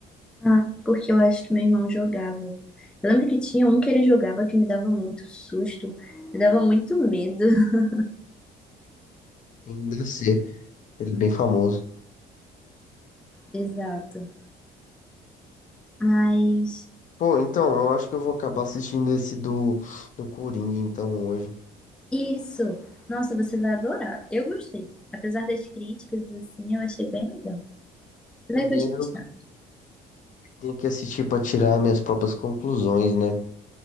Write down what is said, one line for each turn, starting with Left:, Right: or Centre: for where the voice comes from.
Centre: Ah, porque eu acho que meu irmão jogava. Eu lembro que tinha um que ele jogava que me dava muito susto, me dava muito medo. <laughs>
Left: Tem DC. Ele é bem famoso.
Centre: Exato. Mas
Left: Pô, então, eu acho que eu vou acabar assistindo esse do, do Coringa, então, hoje.
Centre: Isso. Nossa, você vai adorar. Eu gostei. Apesar das críticas, assim, eu achei bem legal. Você
Left: Também
Centre: vai gostar.
Left: eu tenho que assistir pra tirar minhas próprias conclusões, né?